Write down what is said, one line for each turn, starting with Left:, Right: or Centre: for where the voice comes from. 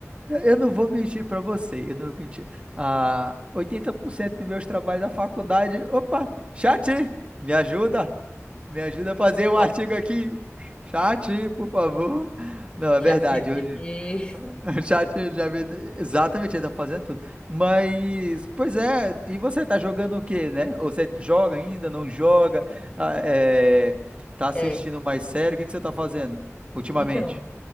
Right: Eu não vou mentir pra você, eu não vou mentir. Ah, 80% dos meus trabalhos da faculdade. Opa, chat, me ajuda. Me ajuda a fazer o
Left: Ó,
Right: artigo aqui. Chat, por favor. Não, é verdade.
Left: ChatGPT.
Right: Eu, <laughs> o chat já me... Exatamente, ele tá fazendo tudo. Mas, pois é, e você tá jogando o quê, né? Ou você joga ainda, não joga? Ah, é, Tá assistindo
Left: É,
Right: mais sério? O que que você tá fazendo ultimamente?
Left: então,